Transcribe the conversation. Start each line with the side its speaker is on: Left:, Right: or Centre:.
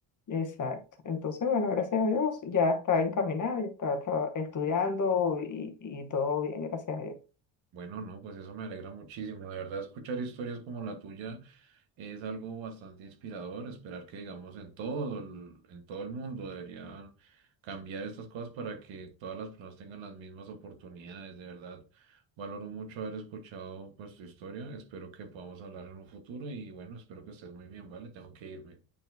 Left: Exacto. Entonces, bueno, gracias a Dios, ya está encaminado, ya está traba- estudiando y, y todo bien, gracias a Dios.
Right: Bueno, no, pues eso me alegra muchísimo. De verdad, escuchar historias como la tuya es algo bastante inspirador esperar que, digamos, en todo el, en todo el mundo deberían cambiar estas cosas para que todas las personas tengan las mismas oportunidades. De verdad, valoro mucho haber escuchado pues tu historia. Espero que podamos hablar en un futuro y bueno, espero que estés muy bien, ¿vale? Tengo que irme.